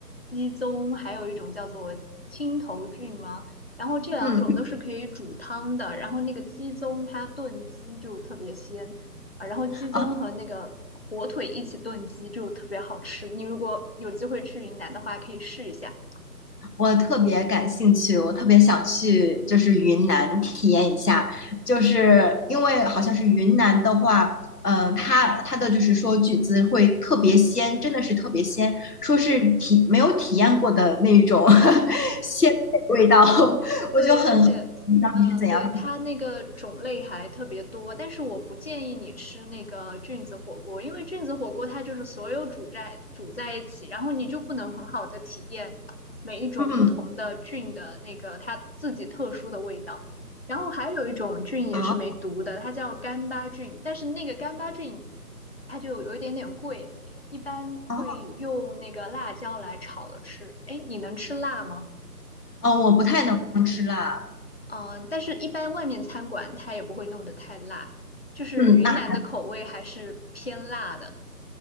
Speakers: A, on the left; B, on the left.
A: 鸡枞，还有一种叫做青头菌吗？然后这两种都是可以煮汤的，
B: 嗯
A: 然后那个鸡枞它炖鸡就特别鲜啊，然后鸡枞和那个火腿一起炖鸡就特别好吃，
B: 啊，
A: 你如果有机会去云南的话，可以试一下。
B: 我特别感兴趣，我特别想去，就是云南体验一下，就是因为好像是云南的话，嗯、它它的就是说菌子会特别鲜，真的是特别鲜，说是体没有体验过的那种 <laughs> 鲜的味道，<laughs> 我就很好奇到底是怎样的。
A: 对，而且，嗯、对，它那个种类还特别多，但是我不建议你吃那个菌子火锅，因为菌子火锅它就是所有煮在煮在一起，然后你就不能很好的体验每一种不同的菌的那个它自己特殊的味道。
B: 嗯，
A: 然后还有一种菌也是没毒的，
B: 啊
A: 它叫干巴菌，但是那个干巴菌它就有一点点贵，一般会用那个辣椒来炒了吃。
B: 啊
A: 哎，你能吃辣吗？
B: 哦，我不太能吃辣。
A: 嗯、但是一般外面餐馆它也不会弄得太辣，就是云南的口味还是偏辣的。
B: 嗯，那